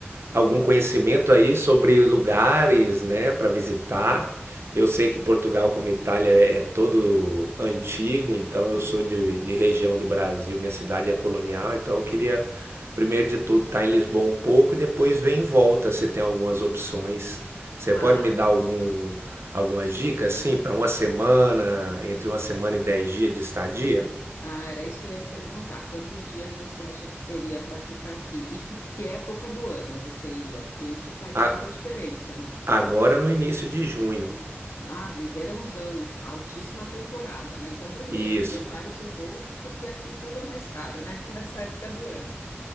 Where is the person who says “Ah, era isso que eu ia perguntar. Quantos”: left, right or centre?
Left